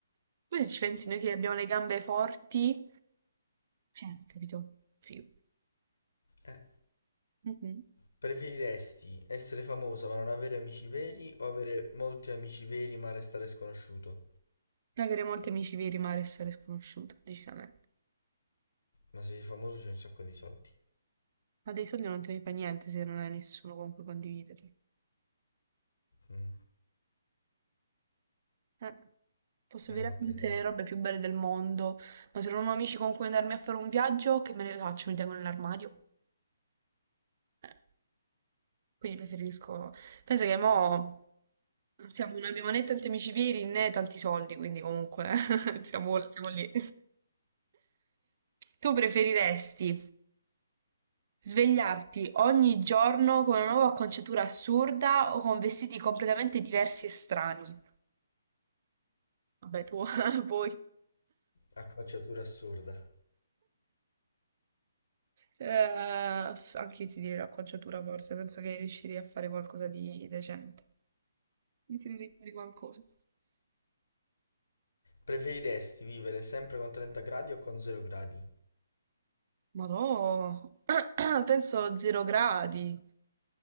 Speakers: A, on the right; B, on the left.
A: Poi se ci pensi noi che abbiamo le gambe forti, cioè, capito? Figo.
B: Eh,
A: Mhm.
B: preferiresti essere famosa ma non avere amici veri o avere molti amici veri ma restare sconosciuto?
A: Avere molti amici veri ma restare sconosciuto, decisamente.
B: Ma se sei famoso c'è un sacco di soldi.
A: Ma dei soldi non te ne fai niente se non hai nessuno con cui condividerli.
B: Mm.
A: Eh, posso
B: Eh,
A: avere
B: va
A: tutte
B: bene, va.
A: le robe più belle del mondo, ma se non ho amici con cui andarmi a fare un viaggio, che me ne faccio? Mi tengo nell'armadio? Eh, quindi preferisco... Pensa che mo siamo, non abbiamo né tanti amici veri né tanti soldi, quindi comunque <laughs> siamo, siamo lì. Tu preferiresti svegliarti ogni giorno con una nuova acconciatura assurda o con vestiti completamente diversi e strani? Vabbè, tu, <laughs> poi...
B: Acconciatura assurda.
A: Eh, f- anche io ti direi l'acconciatura forse, penso che riuscirei a fare qualcosa di decente. Mi tirerei fuori qualcosa.
B: Preferiresti vivere sempre con 30 gradi o con 0 gradi?
A: Madò, <clears throat> penso zero gradi.